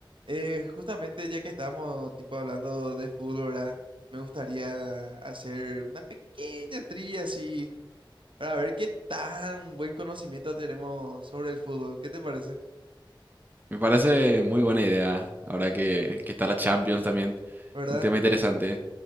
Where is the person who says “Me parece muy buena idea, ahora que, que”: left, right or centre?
Right